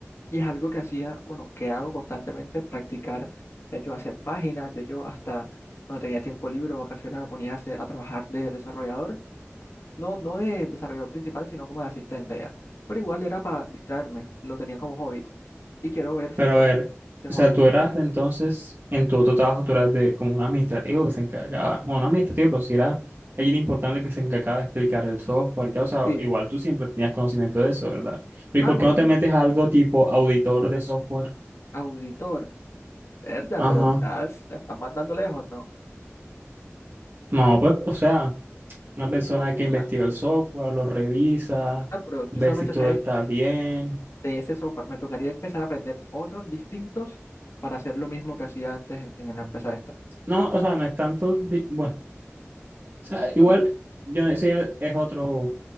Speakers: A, on the left; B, on the right.
A: Y es algo que hacía, bueno, que hago constantemente, practicar, de hecho, hacer páginas, de hecho, hasta cuando tenía tiempo libre o vacaciones me ponía a, hacer- a trabajar de desarrollador, no, no de desarrollador principal, sino como de asistente ya. Pero igual era para distraerme, lo tenía como hobby. Y quiero ver si
B: Pero
A: puedo
B: a ver,
A: ese
B: o
A: hobby.
B: sea, tú eras entonces, en tu otro trabajo, tú eras de como un administrativo que se encargaba, bueno, no administrativo, pero sí era alguien importante que se encargaba de explicar el software y tal. O sea,
A: Sí,
B: igual tú siempre tenías conocimiento de eso, ¿verdad? ¿Y
A: ah,
B: por
A: no,
B: qué no te
A: sí,
B: metes a algo tipo auditor de software?
A: auditor, verdad,
B: Ajá.
A: pero estás, la estás mandando lejos, ¿no?
B: No, pues, o sea, una persona
A: Porque,
B: que investiga
A: o sea,
B: el software, lo revisa,
A: ah, pero yo
B: ve
A: solamente
B: si todo
A: sé de,
B: está bien
A: de ese software, me tocaría empezar a aprender otros distintos para hacer lo mismo que hacía antes en en la empresa
B: No, o sea, no es tanto, di- bueno, o sea, igual
A: ¿no?
B: yo decía, es otro,